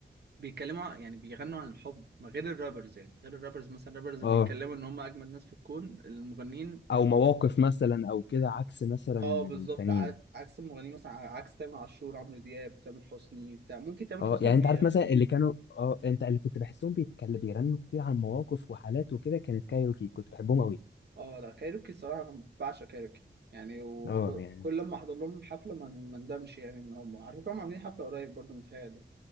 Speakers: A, on the right (about 65°); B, on the left (about 75°).
A: بيتكلموا يعني بيغنوا عن الحب ما غير الرابرز يعني غير الرابرز مثلا الرابرز
B: اه
A: بيتكلموا ان هم اجمد ناس في الكون المغنيين
B: او مواقف مثلا او كده عكس مثلا
A: اه بالظبط
B: التانيين
A: ع- عكس المغنيين مثلا ع- عكس تامر عاشور عمرو دياب تامر حسني بتاع ممكن تامر
B: اه
A: حسني
B: يعني
A: بي
B: انت عارف مثلا اللي كانوا اه انت اللي كنت بحسهم بيتكلم بيغنوا كتير عن مواقف وحالات وكده كانت كايروكي كنت بحبهم قوي
A: اه لا كايروكي الصراحه انا بعشق كايروكي يعني وكل
B: اه يعني
A: لما احضر لهم حفله ما ما ندمش يعني ان هم على فكره هم عاملين حفله قريب برضه متهيألي